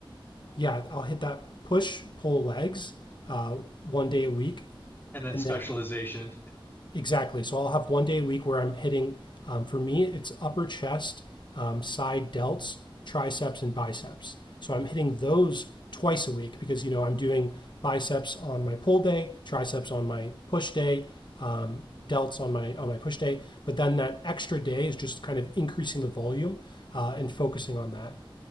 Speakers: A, on the left; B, on the left.
A: yeah, I'll hit that push, pull legs uh, one day a week.
B: And then
A: And
B: specialization.
A: then Exactly. So I'll have one day a week where I'm hitting, um, for me, it's upper chest, um, side delts, triceps, and biceps. So I'm hitting those twice a week because, you know, I'm doing biceps on my pull day, triceps on my push day, um, delts on my on my push day. But then that extra day is just kind of increasing the volume uh, and focusing on that.